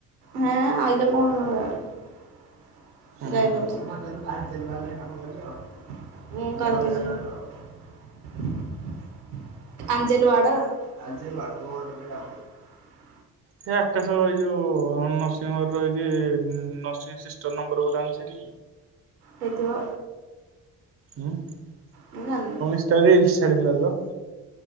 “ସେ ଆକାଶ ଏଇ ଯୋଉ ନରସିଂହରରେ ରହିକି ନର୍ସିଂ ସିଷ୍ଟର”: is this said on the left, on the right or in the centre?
Right